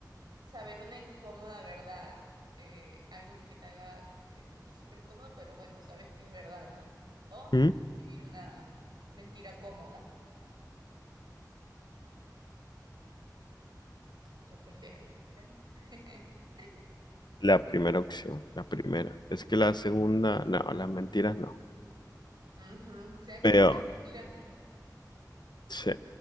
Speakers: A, on the right (about 90°); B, on the left (about 80°).
A: Saber una incómoda verdad. eh, algo que te haga como que sentir súper incómodo, pero bueno, sabes que es verdad, ¿no? O
B: ¿Mm?
A: vivir una mentira cómoda. ¿Qué prefieres? <laughs>
B: La primera opción, la primera. Es que la segunda, no, las mentiras no.
A: Ujú, Sea como
B: Peor,
A: sea, es mentira.
B: sí,